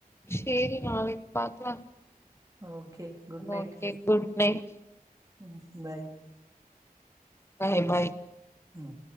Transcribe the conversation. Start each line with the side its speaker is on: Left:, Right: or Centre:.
Left: செரி நாளைக்கு பாக்லாம்
Right: okay good night
Left: okay good night
Right: ம் பாய்
Left: பை பை
Right: ம்